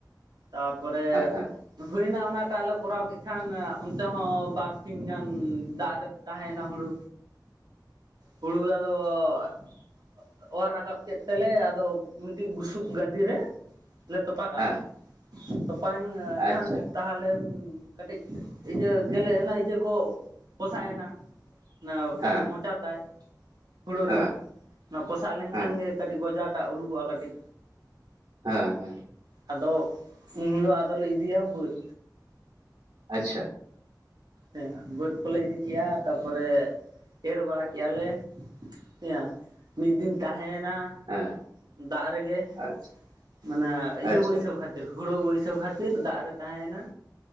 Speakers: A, on the right; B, on the right.
A: ᱛᱟᱨᱯᱚᱨᱮ᱾
B: ᱦᱮᱸ ᱦᱮᱸ
A: ᱦᱩᱭᱱᱟ ᱚᱱᱟᱴᱟᱜ ᱞᱮ ᱠᱚᱨᱟᱣ ᱠᱮᱫ ᱠᱷᱟᱱ ᱚᱱᱛᱮ ᱦᱚᱸ ᱵᱟᱨᱼᱼ ᱥᱤᱧ ᱜᱟᱱ ᱫᱟᱜ ᱨᱮ ᱛᱟᱦᱮᱭᱮᱱᱟ ᱦᱩᱲᱩ᱾ ᱦᱩᱲᱩ ᱨᱮ ᱟᱫᱚ ᱼᱼ ᱚᱣᱟᱨ ᱨᱟᱠᱟᱵ ᱠᱮᱫ ᱛᱮᱞᱮ ᱟᱫᱚ ᱢᱤᱫᱴᱤᱡ ᱵᱩᱥᱩᱵ ᱜᱟᱫᱤᱨᱮᱼᱼ ᱞᱮ ᱛᱚᱯᱟ ᱠᱟᱜᱫᱟ
B: ᱦᱮᱸ
A: ᱛᱚᱯᱟᱭᱮᱱ
B: ᱟᱪᱪᱷᱟ
A: ᱠᱷᱟᱱ᱾ ᱛᱟᱦᱚᱞᱮ ᱠᱟᱹᱴᱤᱡ ᱤᱭᱟᱹ ᱜᱮᱞᱮ ᱮᱱᱟ ᱤᱭᱟᱹ ᱠᱚ ᱯᱚᱥᱟᱜ ᱮᱱᱟ᱾ ᱚᱱᱟ ᱠᱟᱡᱮ
B: ᱦᱮᱸ
A: ᱢᱚᱪᱟ ᱛᱟᱭ᱾ ᱦᱩᱲᱩ
B: ᱦᱮᱸ
A: ᱨᱮᱱᱟᱜ ᱚᱱᱟ ᱯᱚᱥᱟᱜ ᱞᱮᱱᱠᱷᱟᱱ
B: ᱦᱮᱸ
A: ᱜᱮ ᱠᱟᱹᱴᱤᱡ ᱜᱚᱡᱟᱴᱟᱜ ᱩᱰᱩᱠᱚᱜᱼᱟ ᱠᱟᱴᱤᱡ᱾
B: ᱦᱮᱸ ᱦᱮᱸ᱾
A: ᱟᱫᱚ ᱩᱱ ᱫᱚ ᱟᱫᱚᱞᱮ ᱤᱫᱤᱭᱟ ᱵᱟᱹᱫᱽ᱾
B: ᱟᱪᱪᱷᱟ।
A: ᱦᱮᱸ ᱵᱟᱹᱫᱽ ᱠᱚᱞᱮ ᱤᱫᱤ ᱠᱮᱜᱼᱟ ᱛᱟᱨᱯᱚᱨᱮ ᱮᱨ ᱵᱟᱲᱟ ᱠᱮᱜᱼᱟ ᱞᱮ᱾ ᱦᱮᱭᱟ ᱢᱤᱫ ᱫᱤᱱ ᱛᱟᱦᱮᱭᱮᱱᱟ᱾
B: ᱦᱮᱸ
A: ᱫᱟᱜ ᱨᱮᱜᱮ
B: ᱟᱪᱪᱷᱟ
A: ᱢᱟᱱᱮ ᱤᱭᱟᱹ
B: ᱟᱪᱪᱷᱟ
A: ᱵᱟᱹᱭᱥᱟᱹᱣ ᱠᱷᱟᱼᱼ ᱛᱤᱨᱮ ᱦᱩᱲᱩ ᱵᱟᱹᱭᱥᱟᱹᱣ ᱠᱷᱟᱛᱤᱨ ᱫᱟᱜ ᱨᱮ ᱛᱟᱦᱮᱭᱮᱱᱟ